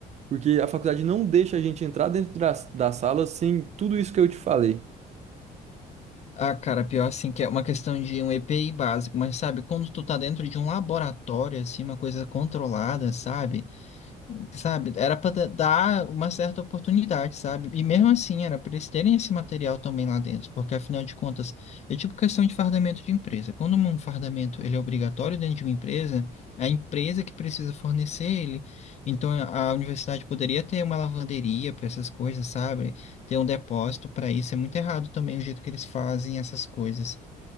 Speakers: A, on the right; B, on the left.
A: Porque a faculdade não deixa a gente entrar dentro da, da sala sem tudo isso que eu te falei.
B: Ah, cara, pior assim, que é uma questão de um EPI básico, mas sabe, quando tu tá dentro de um laboratório, assim, uma coisa controlada, sabe? sabe? Era para dar uma certa oportunidade, sabe? E mesmo assim, era para eles terem esse material também lá dentro, porque afinal de contas, é tipo questão de fardamento de empresa. Quando um fardamento ele é obrigatório dentro de uma empresa, é a empresa que precisa fornecer ele. Então, a a universidade poderia ter uma lavanderia para essas coisas, sabe? Ter um depósito para isso. É muito errado também o jeito que eles fazem essas coisas.